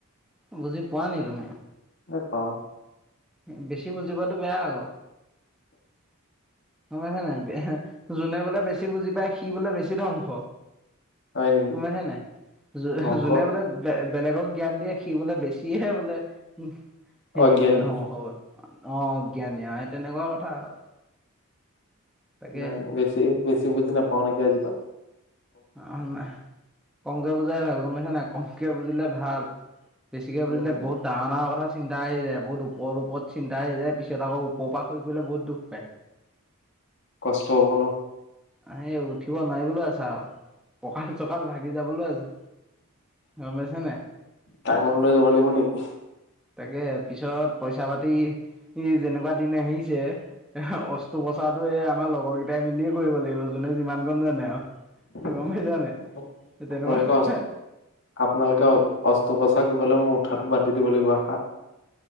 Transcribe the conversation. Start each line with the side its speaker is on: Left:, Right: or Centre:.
Centre: বুজি পোৱা নি তুমি?
Left: এ পাওঁ।
Centre: এ বেছি বুজি পোৱাটো বেয়া আকৌ। গম পাইছা নে নাই? যোনে বোলে বেছ ছি বুজি পায়, সি বোলে বেছি ধংস।
Left: হয় নেকি
Centre: গম পাইছা নে নাই? যো-যোনে
Left: ধ্বংস
Centre: বোলে বে-বেলেগক জ্ঞান দিয়ে সি বোলে বেছি সিহে বোলে উহ, হেৰি
Left: অজ্ঞানী
Centre: বোলে ধৰ অ', জ্ঞানী সেই তেনেকুৱা কথা আৰু। তাকে
Left: নাই, নাই বেছি বেছি বুজি নাপাও নেকি আজিপা।
Centre: অ', না কমকে বুজাই ভাল গম পাইছা নাই কমকে বুজিলে ভাল। বেছিকে
Left: উম,
Centre: বুজিলে বহুত ডাঙৰ ডাঙৰ কথা চিন্তা আহি যায়। বহুত ওপৰ ওপৰত চিন্তা আহি যায় পিছত আকৌ ওপৰৰ পা সৰি পৰিলে বহুত দুখ পায়
Left: কষ্ট হ'ব ন'।
Centre: অহ, এই উঠিব নোৱাৰি বুলি আছা আৰু। কঁকাল চকাল ভাগি যাবলৈ আছে, গম পাইছা নাই?
Left: টাঙন লৈ যাব লাগিব নেকি?
Centre: তাকে পিছত পইচা পাতি ই যেনেকুৱা দিন আহিছে এ অস্ত্ৰোপচাৰটো এই আমাৰ লগৰকেইটাই মিলিয়ে কৰিব লাগিব। জনে যিমান কণ জানে আৰু। গম
Left: আপোনালোকে,
Centre: পাইছা নাই তেনেকুৱা কথা
Left: আপোনালোকে অষ্টো প্ৰচাৰ কৰিবলে মোৰ উঠাটো বাদ দি দিব লাগিব আহা